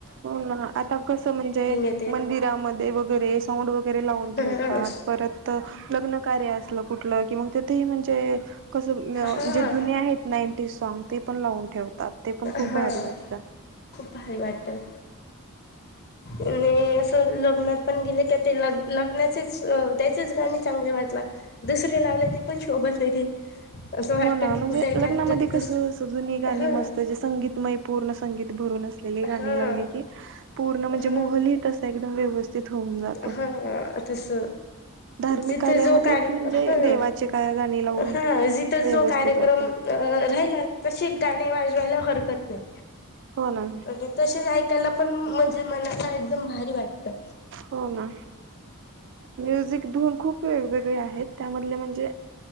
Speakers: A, on the right; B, on the left.
A: हो ना आता कस म्हणजे
B: येते
A: मंदिरामध्ये वगैरे साऊंड वगैरे लावून
B: ह
A: ठेवतात परत लग्न कार्य असलं कुठलं कि मग तिथेही म्हणजे कस
B: हा
A: जे जुन्या आहेत नाईंटी सॉग ते पण लावून ठेव तात ते पण खूप
B: हा
A: भारी वाटतात
B: खूप भारी वाटतं आणि असं लग्नात पण गेले क ते ल लग्नाचेच त्याचेच गाणे चांगले वाटला दुसरे लावले ते पण शोभत नाही ते असं वाटतं
A: हो ना
B: की
A: म्हणजे
B: कुठे एखाद
A: लग्नामध्ये
B: दुस
A: कस जुनी गाणी
B: हा
A: मस्त संगीत मय पूर्ण संगीतमय भरून असलेली गाणी
B: हा
A: लावली की पूर्ण म्हणजे
B: हा
A: <inaudible> एकदम व्यवस्थित होऊन जातो
B: हा तस
A: धार्मिक
B: जिथ
A: कार्यामध्ये
B: जो का
A: म्हणजे
B: ह
A: देवाचे काय गाणी लावून
B: हा जिथं
A: व्यवस्थित
B: जो कार्यक्रम
A: वाटत
B: राहिला अ तशि गानी वाजवायला हर कत नाही
A: हो ना
B: आणि तसेच ऐकायला पण म्हणजे मला ना एकदम भारी वाटतं
A: हो ना म्युझिक धुून खूप वेगवेग वळे आहेत त्यामधले म्हणजे